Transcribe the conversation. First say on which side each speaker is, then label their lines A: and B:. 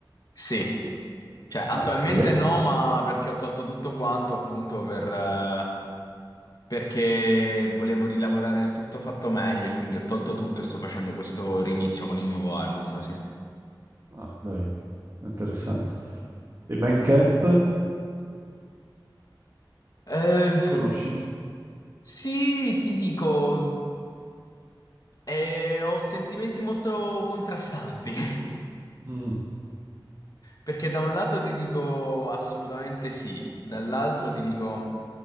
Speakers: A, on the left (about 50°); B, on the right (about 40°).
A: sì, cioè attualmente
B: Ah, bene.
A: no, ma perché ho tolto tutto quanto appunto per... eh, perché volevo rilavorare il tutto fatto meglio e quindi ho tolto tutto e sto facendo questo rinizio con il nuovo album, sì.
B: Ah, dai, interessante. E Bandcamp?
A: Eh,
B: Conosci?
A: sì, ti dico, eh, ho sentimenti molto contrastanti, <laughs>
B: Mm.
A: perché da un lato ti dico assolutamente sì, dall'altro ti dico